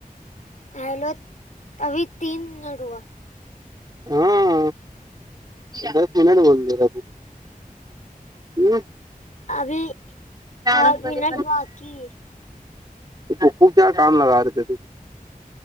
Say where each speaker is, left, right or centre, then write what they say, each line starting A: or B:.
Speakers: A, on the left; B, on the right.
A: हेलो अभी तीन नडुवा
B: हा दस मिनट बोलत ह
A: अभी आठ
B: रुपये
A: मनट वाककी
B: तू खूप चार काम लगा त